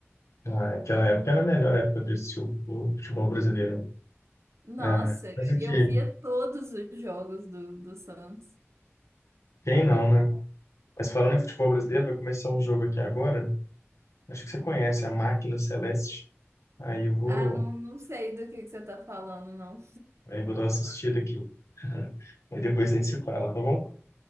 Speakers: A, on the left; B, on the right.
A: Ah, aquela época era a melhor época de assistir o o futebol brasileiro.
B: Nossa,
A: É,
B: eu
A: mas aqui,
B: eu via todos os jogos do, do Santos.
A: quem não, né? Mas falando em futebol brasileiro, vai começar um jogo aqui agora. Acho que você conhece a Máquina Celeste. Aí eu vou.
B: Ah, não, não sei do que que você tá falando, não.
A: Aí vou dar uma assistida aqui. <laughs> Aí depois a gente se fala, tá bom?